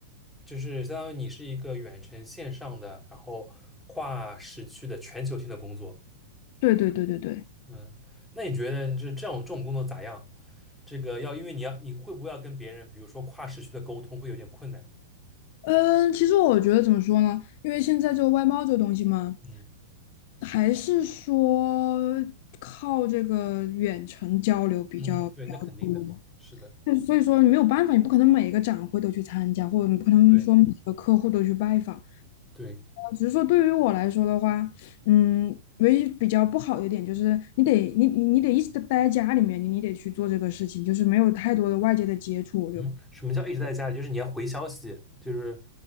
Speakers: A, in the centre; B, on the left.
A: 就是相当于你是一个远程线上的，然后跨时区的全球性的工作。
B: 对对对对对。
A: 嗯，那你觉得你这这种这种工作咋样？这个要因为你要你会不会要跟别人，比如说跨时区的沟通会有点困难？
B: 嗯，其实我觉得怎么说呢？因为现在这个外贸这个东西嘛，
A: 嗯
B: 还是说靠这个远程交流比较比较多。
A: 嗯，对，那肯定的，是的，
B: 就所以说你没有办法，你不可能每一个展会都去参加，或者你不可能说每个客户都去拜访。
A: 对
B: 呃
A: 对。
B: 只是说对于我来说的话，嗯，唯一比较不好的一点就是你得你你你得一直地待在家里面，你你得去做这个事情，就是没有太多的外界的接触，我就。
A: 嗯，什么叫一直在家里？就是你要回消息，就是